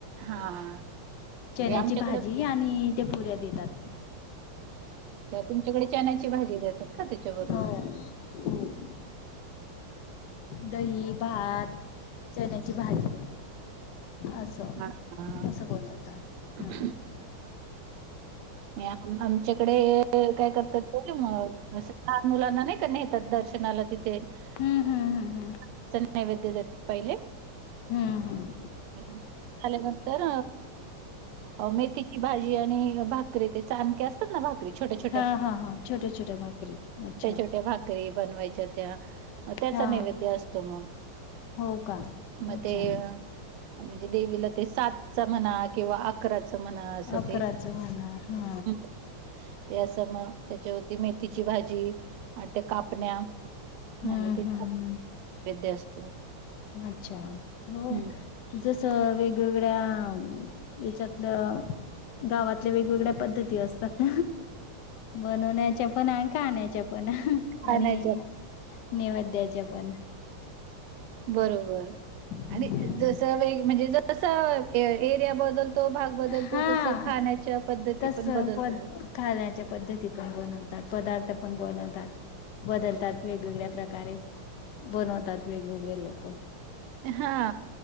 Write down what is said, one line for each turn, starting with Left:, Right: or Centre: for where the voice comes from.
Right: हां.
Left: चण्याची
Right: ते आमच्याकडे
Left: भाजी आणि <unintelligible> ते पुऱ्या देतात.
Right: त्या तुमच्याकडे चण्याची भाजी देतात का? त्याच्या बरोबर.
Left: हो
Right: <unintelligible>
Left: दही, भात, चण्याची भाजी. असं.
Right: हां, हां.
Left: असं बनवतात.
Right: <inaudible>
Left: हम्म
Right: अ आमच्याकडे ये काय करतात <unintelligible> असं लहान मुलांना नाही का नेतात दर्श नाला तिथे <inaudible>
Left: हम्म हम्म हम्म
Right: नैवैदय देतात पहिले. <inaudible>
Left: हम्म हम्म हम्म
Right: झाल्यानंतर अ <unintelligible> मेथीची भाजी भाजी आणि भाकरी ते चानके असतात ना री छोट्या-छोट्या
Left: हा हा हा छोट्या छोट्या भाकरी अच्छा
Right: ते छोट्या भाकरी बनवाच्या त्या त्याचा
Left: हा
Right: नैवैद्य अस <inaudible> म
Left: हो का अच्छा
Right: ते म्हणजे देवीला ते सातचा म्हणा किंवा अकराचा. तर मना असं
Left: अकराच
Right: ते.
Left: म्हणा
Right: <inaudible>
Left: हा
Right: ते असं मग त्याच्यावरती मेथीची भाजी आणि त्या कापण्या
Left: हम्म
Right: आणि तेच
Left: हम्म
Right: नैवेद्य
Left: हम्म
Right: असतो.
Left: अच्छा हो
Right: हं.
Left: जस वेगवेग गळ्या याच्यातलं गावातल्या वेगवेगळ्या पद्धती असतात. बनवण्याच्या पण आणि खाण्याच्या पण. पण
Right: खाण्याच्या
Left: आणि नैवेद्याच्या पण.
Right: बरोबर
Left: हम्म.
Right: आणि जस वे म्हणजे जस एरिया बदल तो भाग बदलतो
Left: हा
Right: तस खाण्याच्या पद्धती
Left: तस
Right: पण बदलतात.
Left: पद खाण्याच्या पद्धती पण बनवतात पदार्थ पण बनवतात बदलतात वेगवेगळ्या प्रकारे बनवतात वेगवेगळे लोक.
Right: हा.